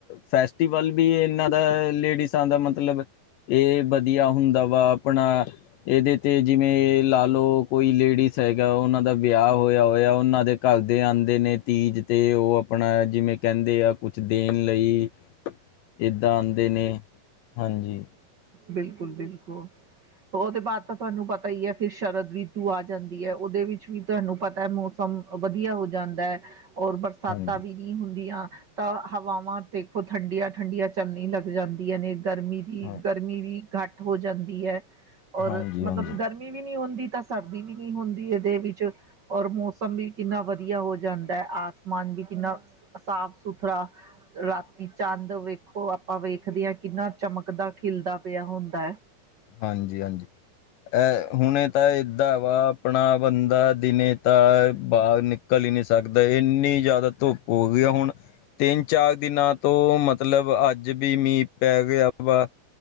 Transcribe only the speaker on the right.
ਬਿਲਕੁਲ-ਬਿਲਕੁਲ। ਉਹਦੇ ਬਾਅਦ ਤਾਂ ਤੁਹਾਨੂੰ ਪਤਾ ਈ ਐ ਫਿਰ ਸ਼ਰਦ ਰੀਤੂ ਆ ਜਾਂਦੀ ਐ, ਉਹਦੇ ਵਿੱਚ ਵੀ ਤੁਹਾਨੂੰ ਪਤਾ ਐ ਮੋਸ ਮ ਵਧੀਆ ਹੋ ਜਾਂਦਾ ਐ, ਔਰ ਬਰ ਸਾਤਾਂ
ਵੀ ਨਹੀਂ ਹੁੰਦੀਆਂ, ਤਾਂ ਹਵਾਵਾਂ ਦੇਖੋ ਠੰਡੀਆਂ-ਠੰਡੀਆਂ ਚੱਲਣੀ ਲੱਗ ਜਾਂਦੀਆਂ ਨੇ, ਗਰਮੀ ਦੀ
ਗਰਮੀ ਵੀ ਘੱਟ ਹੋ ਜਾਂਦੀ ਐ। ਔਰ
ਮਤਲਬ
ਗਰਮੀ ਵੀ ਨੀ ਹੁੰਦੀ, ਤਾਂ ਸਰਦੀ ਵੀ ਨਹੀਂ ਹੁੰਦੀ ਇਹਦੇ ਵਿੱਚ। ਔਰ ਮੌਸਮ ਵੀ ਕਿੰਨਾ ਵਧੀਆ ਹੋ ਜਾਂਦਾ, ਆਸਮਾਨ ਵੀ ਕਿੰਨਾ ਸਾਫ-ਸੁਥਰਾ ਰਾਤੀ ਚੰਦ ਵੇਖ ਖੋ ਆਪਾਂ ਵੇਖਦੇ ਆ, ਕਿੰਨਾ ਚਮਕਦਾ ਖਿਲਦਾ ਪਿਆ ਹੁੰਦਾ ਐ।